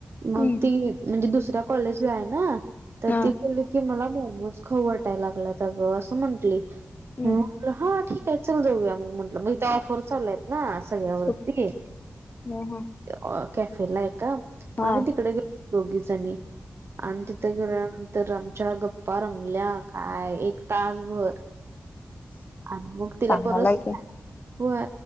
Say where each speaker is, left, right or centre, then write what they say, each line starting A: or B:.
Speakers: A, on the right (about 55°); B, on the left (about 35°).
A: मग
B: हम्म
A: ती म्हणजे दुसऱ्या कॉलेजला आहे ना तर
B: हा.
A: ती बोलली की मला मोमोज खाऊ वाटाय लागल्यात अग असं म्हंटली
B: हम्म
A: हां म्हणल ठीक आहे चल जाऊया मग म्हंटलं मग इथ ऑफर चालू आहेत ना सगळ्यावरती
B: कुठ
A: ए
B: हा
A: ओ कॅफेला एका
B: हा
A: आम्ही तिकडे गेलो दोघी जणी. आणि
B: हा
A: तिथे गेल्यानंतर आमच्या गप्पा रंगल्या काय एक तासभर. आणि मग तिला
B: चांगलाय
A: परस
B: की.
A: होय